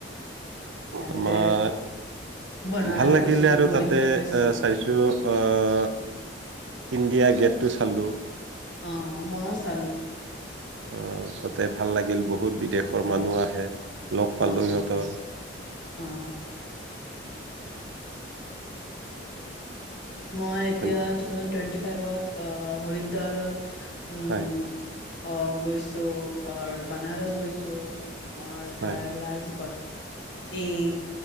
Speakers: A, on the left (about 70°); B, on the right (about 80°).
A: তেন্তে
B: আমাৰ
A: বনাৰস
B: ভাল লাগিলে
A: গৈছোঁ,
B: আৰু
A: হৰিদ্বাৰ
B: তাতে
A: গৈছোঁ।
B: অ' চাইছো অ'। ইণ্ডিয়া গেটটো চালোঁ।
A: অ', মইও চালো।
B: অ' তাতে ভাল লাগিল বহুত
A: ইমান
B: বিদেশৰ
A: সুন্দৰ
B: মানুহ আহে লগ পালোঁ
A: অ'
B: সিহঁতক।
A: অ'। অ' মই এতিয়া
B: তেন-
A: টু থাউজেন্ড টুৱেন্টি বত অ'হৰিদ্বাৰত উম'
B: হয়,
A: অ' গৈছো। গৈছো অ' বানাৰস গৈছো। আৰু পাগৰাজ
B: হয়,
A: এই